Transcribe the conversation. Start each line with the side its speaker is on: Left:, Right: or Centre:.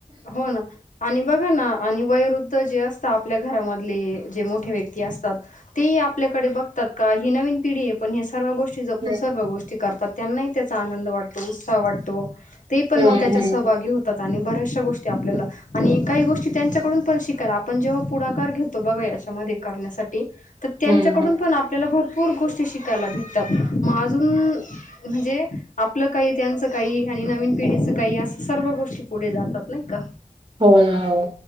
Left: हो ना आणि बघा ना अ आणि वयोवृद्ध जे असता आपल्या घरामधली जे मोठे व्यक्ती असतात ती आपल्याकडे बघतात का ही नवीन पिढी पण हे सर्व गोष्टी जपून
Right: हं,
Left: सर्व गोष्टी करतात त्यांनाही त्याचा आनंद वाटतो उत्साह वाटतो. ते पण
Right: हं,
Left: मग त्याच्या
Right: हं,
Left: सहभागी होतात आणि बऱ्याचशा गोष्टी आपल्याला आणि काही गोष्टी त्यांच्याकडून पण शिकायला आपण जेव्हा पुढाकार घेतो बघा याच्यामध्ये करण्या साठी तर त्यांच्याकडून
Right: हं, हं, हं.
Left: पण आपल्याला भरपूर गोष्टी शिकायला भेटतात मग अजून म्हणजे आपलं काही त्यांचं काही आणि नवीन पिढीचं काही असं सर्व गोष्टी पुढे जातात नाही का
Right: हो ना हो